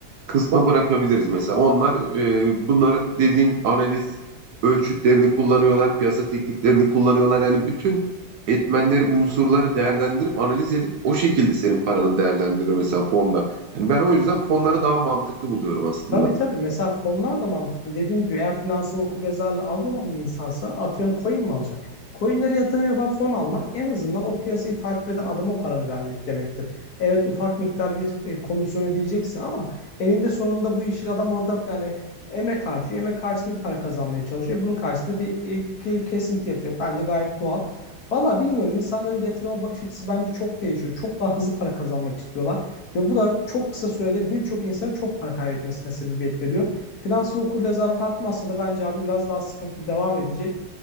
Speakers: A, on the right (about 75°); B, on the left (about 55°).
A: Kısma bırakabiliriz mesela. Onlar e, bunları dediğin analiz ölçütlerini kullanıyorlar, piyasa tekniklerini kullanıyorlar. Yani bütün etmenleri, unsurları değerlendirip analiz edip o şekilde senin paranı değerlendiriyor mesela fonlar. Yani ben o yüzden fonları daha mantıklı buluyorum aslında.
B: Tabii tabii. Mesela fonlar da mantıklı. Dediğim gibi eğer finansal okuryazarlığı az olan bir insansa atıyorum coin mi alacak? Coinlere yatırım yapan fon almak en azından o piyasayı takip eden adama paranı vermek demektir. Evet ufak miktar bir e, komisyon ödeyeceksin ama elinde sonunda bu işi adam orada yani emek harcıyor. Emek karşısında bir para kazanmaya çalışıyor. Bunun karşısında bir e, ke- kesinti yapacak. Bence gayet doğal. Valla bilmiyorum insanların yatırıma bakış açısı bence çok değişiyor. Çok daha hızlı para kazanmak istiyorlar. Ve bu da çok kısa sürede birçok insanın çok para kaybetmesine sebebiyet veriyor. Finansal okuryazarlık artmazsa da bence abi biraz daha sıkıntı devam edecek.